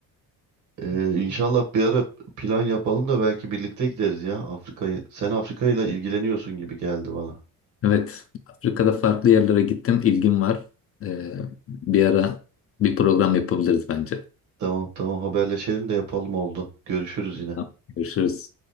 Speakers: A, on the right; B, on the left.
A: Ee, inşallah bir ara plan yapalım da belki birlikte gideriz ya Afrika'yı. Sen Afrika ile ilgileniyorsun gibi geldi bana.
B: Evet, Afrika'da farklı yerlere gittim. İlgim var. Ee, bir ara bir program yapabiliriz bence.
A: Tamam tamam haberleşelim de yapalım oldu. Görüşürüz yine.
B: Tamam. Görüşürüz.